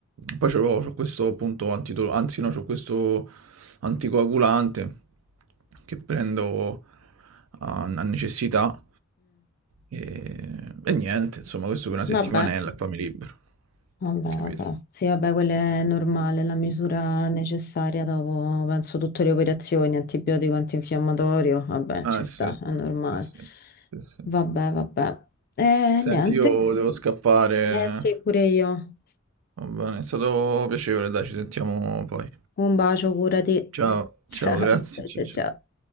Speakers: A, on the right; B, on the left.
A: Poi c'avevo c'ho questo appunto antito- anzi no, c'ho questo anticoagulante che prendo a, a necessità. E, e niente, insomma, questo per una
B: Vabbè,
A: settimanella e poi mi libero.
B: vabbè, vabbè.
A: Capito?
B: Sì, vabbè, quella è normale, la misura necessaria dopo, penso, tutte le operazioni, antibiotico, antinfiammatorio. Vabbè,
A: Ah,
B: ci sta,
A: sì,
B: è normale.
A: sì, sì, sì, sì.
B: Vabbè, vabbè. Eh,
A: Senti,
B: niente.
A: io devo scappare.
B: Eh sì, pure io.
A: Va bene, è stato piacevole, dai, ci sentiamo poi.
B: Un bacio, curati. <laughs>
A: Ciao,
B: Ciao,
A: ciao, grazie,
B: ciao,
A: ciao,
B: ciao,
A: ciao.
B: ciao.